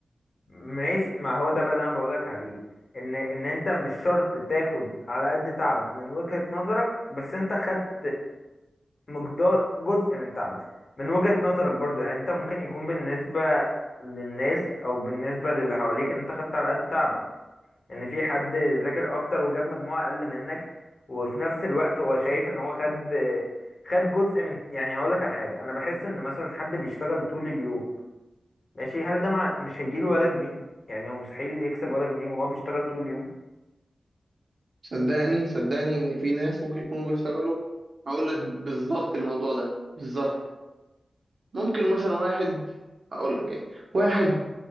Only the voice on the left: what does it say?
ماشي ما هو ده بقى اللي انا بقولك عليه ان ان انت مش شرط تاخد على قد تعبك من وجهة نظرك بس انت خدت مقدار جزء من تعبك من وجهة نظرك برضو يعني انت ممكن يكون بالنسبة للناس او بالنسبة للي حواليك ان انت خدت على قد تعبك ان في حد ذاكر اكتر وجاب مجموعة اقل منك وفي نفس الوقت هو شايف ان هو خد خد جزء من يعني هقولك على حاجة انا بحس ان مثلا حد بيشتغل طول اليوم ماشي هل ده مع... مش هيجيله ولا جنيه يعني هو مستحيل يكسب ولا جنيه وهو بيشتغل طول اليوم
مم.